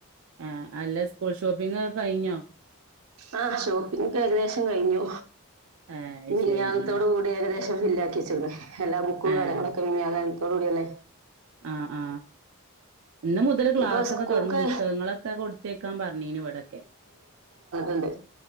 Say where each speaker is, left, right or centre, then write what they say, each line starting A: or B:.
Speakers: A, on the right; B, on the right.
A: ആ അല്ല സ്കൂൾ ഷോപ്പിംങ്ങൊക്കെ കഴിഞ്ഞോ?
B: ആ ഷോപ്പിംഗ് ഒക്കെ ഏകദേശം കഴിഞ്ഞു
A: ആഹ്
B: മിനിയാന്നത്തോട്
A: ശരി ആഹ്
B: കൂടി. ഏകദേശം ഫില്ലാക്കി വച്ചിക്ക്ണ് എല്ലാ ബുക്കും
A: ആഹ്
B: കാര്യങ്ങളൊക്കെ മിഞ്ഞാന്നെ ത്തോടുകൂടിയന്നെ
A: ആ ആ ഇന്ന് മുതല് ക്ലാസ്സൊക്കെ
B: ഇപ്പൊ സ്കൂൾക്ക്
A: തൊട്ങ്ങും പുസ്തകങ്ങളൊക്കെ കൊടുത്തേക്കാൻ പറഞ്ഞീനു ഇവിടൊക്കെ.
B: ണ്ട്.